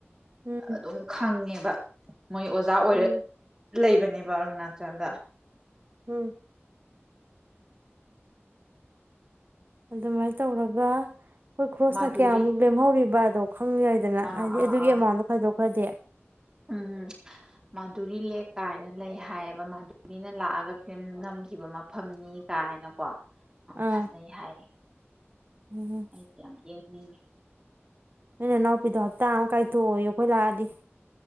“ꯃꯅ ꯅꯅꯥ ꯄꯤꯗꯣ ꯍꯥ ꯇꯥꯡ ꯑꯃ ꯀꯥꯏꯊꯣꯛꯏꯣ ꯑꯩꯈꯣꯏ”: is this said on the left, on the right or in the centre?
Right